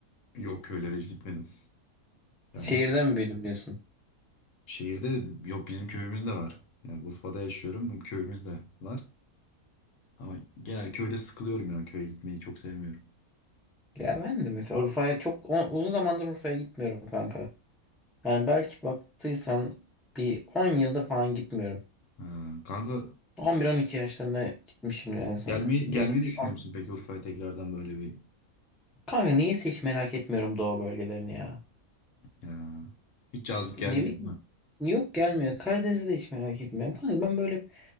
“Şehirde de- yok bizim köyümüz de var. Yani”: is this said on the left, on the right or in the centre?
Left